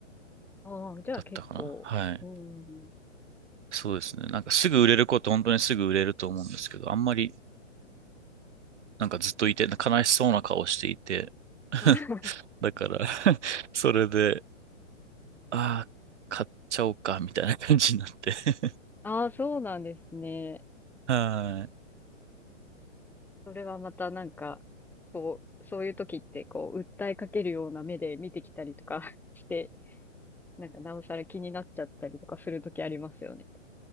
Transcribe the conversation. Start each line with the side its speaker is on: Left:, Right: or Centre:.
Centre: ああ、じゃあ結構、
Right: だったかなはい。
Centre: うん。
Right: そうですね。なんかすぐ売れる子って本当にすぐ売れると思うんですけど、あんまりなんかずっといて、悲しそうな顔していて、<laughs>
Centre: あ
Right: だから <laughs> それで、ああ、買っちゃおうか、みたいな感じになって <laughs>
Centre: ああ、そうなんですね。
Right: はい。
Centre: それはまたなんか、こう、そういう時って、こう、訴えかけるような目で見てきたりとか <laughs> して、なんか、なおさら気になっちゃったりとかする時ありますよね。